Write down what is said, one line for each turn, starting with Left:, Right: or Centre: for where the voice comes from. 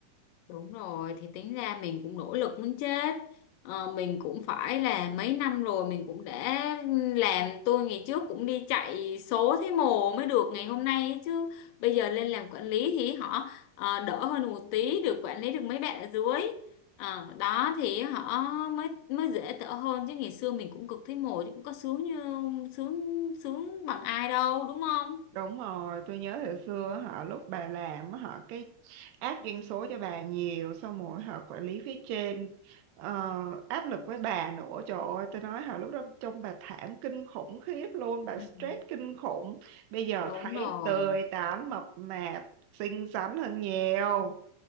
Left: Đúng rồi, thì tính ra mình cũng nỗ lực muốn chết. Ờ, mình cũng phải là mấy năm rồi mình cũng đã ừ, làm tôi ngày trước cũng đi chạy số thấy mồ mới được ngày hôm nay ấy chứ. Bây giờ lên làm quản lý thì họ ờ, đỡ hơn một tí được quản lý được mấy bạn ở dưới. Ờ, đó thì họ mới mới dễ thở hơn chứ ngày xưa mình cũng cực thấy mồ chứ cũng có sướng như sướng sướng bằng ai đâu đúng không?
Right: Đúng rồi, tôi nhớ hồi xưa họ lúc bà làm á, họ cái áp doanh số cho bà nhiều xong rồi họ quản lý phía trên ờ, áp lực với bà nữa trời ơi tôi nói họ lúc đó trông bà thảm kinh khủng khiếp luôn bà
Left: Ừ.
Right: stress kinh khủng bây giờ
Left: Đúng
Right: thấy
Left: rồi.
Right: tươi tắn mập mạp xinh xắn hơn nhiều